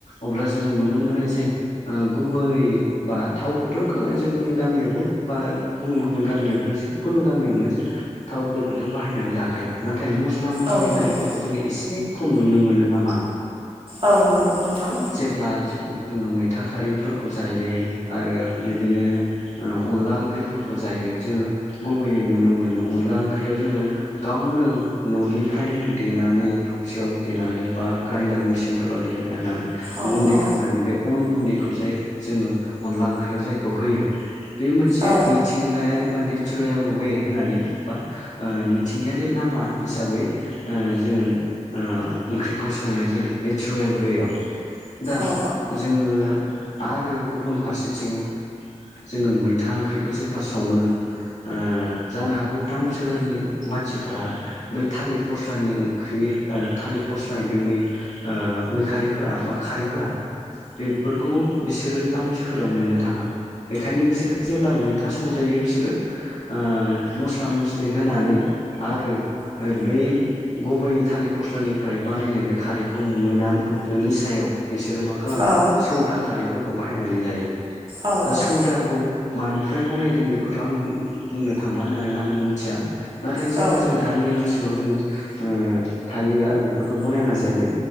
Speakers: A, on the left; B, on the right.
A: अब्ला जोङो नुनो मोनो जे गुबै बा थावखौथ' जोंनि गामियावबो बा गुबुन गुबुन गामियावबो जिखुनु गामियावनो जों थावफोरखौथ' बाहायनानै लाखा खायो नाथाय मस्ला मस्लि
B: औ
A: होनायफोरखौ
B: जायो
A: जोङो एसे खम नुनो मोनो नामा
B: औ नंगौ नोंथां
A: जेब्ला जोङो मैथा खारिफोरखौ जायो आरो बिदिनो ओ अनला ओंख्रिफोरखौ जायो जोङो गुबैयै नुनो मोनो अनला ओंख्रियाव जोङो गावनो न'निफ्रायनो देनानै थबसेयाव देनानै बा ग्राइडार मेसिन प्र'दिन एनान
B: औ
A: गुन्दै
B: औ
A: खामनानै बे अन गुन्दैखौ जाय जोङो अनला ओंख्रियाव जायखौ होयो बे मोनसे
B: औ
A: मिथिंगायारि बा नेचारेल उए होननानै बा थिंगायारि लामा हिसाबै ओ जोङो ओंख्रिखौ संनाय जायो नेचारेल उएआव दा
B: औ
A: जोङो आरो गुबुन फारसेथिं जोङो मैथा ओंख्रिखौ जेब्ला सङो ओ जानो हागौ टाउन सोहोरनि मानसिफोरा बै थालिर फस्लानि ओंख्रि ओ थालिर फस्लानि बे मै ओ मैखारिफोरा बा खारैफोरा बेफोरखौ बिसोरो टाउन सोहोराव मोननो थाङा। बेखायनो बिसोरो जेब्ला मैथा संजायो बिसोरो ओ मस्ला मस्लि होनानै आरो बै गुबै थालिर फस्लानिफ्राय बानायनाय बे खारैखौ मोना मोनि सायाव बिसोरो मा खा खालामो
B: औ
A: सौदा खारैफोरखौ बाहायनानै जायो
B: औ
A: दा सौदा
B: औ
A: खौ मानिफ्राय बनायदों बेखौथ' उ उआं बुंनो थांला मानोना आंबो मिथिया। नाथाय जेब्ला
B: औ
A: जों गामि ओनसोलाव जोङो ओ थायो आरो बेफोरखौ बनायना जायो